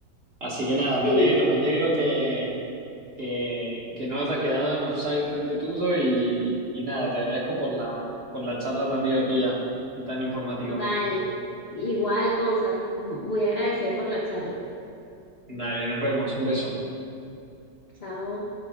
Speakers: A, on the right (about 35°); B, on the left (about 50°).
A: Así que nada, me
B: Sí.
A: alegro, me alegro que, que, que no haya quedado en offside frente tuyo y, y nada, te agradezco por la, por la charla tan divertida y tan informativa.
B: Vale. Igual, Gonza, muy agradecida por la charla.
A: Dale, nos vemos, un beso.
B: Chao.